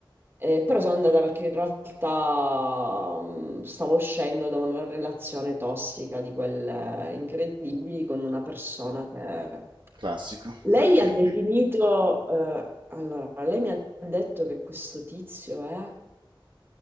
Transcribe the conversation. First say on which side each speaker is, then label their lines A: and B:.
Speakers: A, on the right; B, on the right.
A: Eh, però sono andata perché in realtà mm, stavo uscendo da una relazione tossica di quelle incredibili con una persona che...
B: Classico,
A: Lei
B: anche
A: ha definito...
B: lì.
A: eh, allora, lei mi ha detto che questo tizio è...